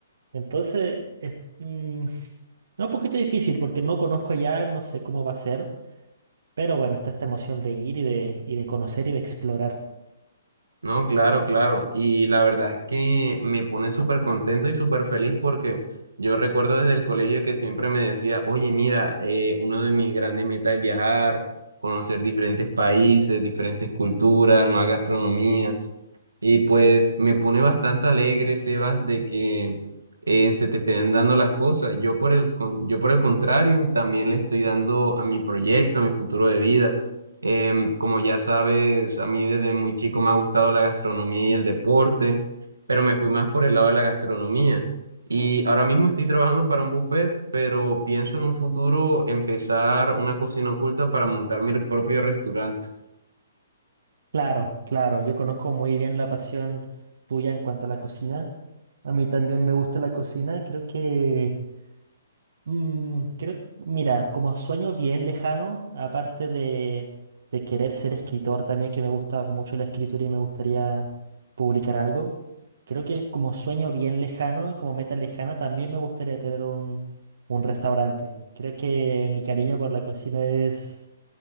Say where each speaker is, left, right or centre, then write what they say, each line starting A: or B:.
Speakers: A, on the right; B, on the right.
A: Entonces, es, mm, es un poquito difícil porque no conozco allá, no sé cómo va a ser, pero bueno, está esta emoción de ir y de, y de conocer y de explorar.
B: No, claro, claro. Y la verdad es que me pone súper contento y súper feliz porque yo recuerdo desde el colegio que siempre me decía, oye, mira, eh, una de mis grandes metas es viajar, conocer diferentes países, diferentes culturas, nuevas gastronomías. Y pues me pone bastante alegre, Sebas, de que eh, se te estén dando las cosas. Yo por el, con- yo por el contrario, también le estoy dando a mi proyecto, a mi futuro de vida. Em, como ya sabes, a mí desde muy chico me ha gustado la gastronomía y el deporte, pero me fui más por el lado de la gastronomía. Y ahora mismo estoy trabajando para un buffet, pero pienso en un futuro empezar una cocina oculta para montar mi propio restaurante.
A: Claro, claro, yo conozco muy bien la pasión tuya en cuanto a la cocina. A mí también me gusta la cocina, creo que... Mm, creo, mira, como sueño bien lejano, aparte de, de querer ser escritor también, que me gusta mucho la escritura y me gustaría publicar algo, creo que como sueño bien lejano y como meta lejana también me gustaría tener un, un restaurante. Creo que mi cariño por la cocina es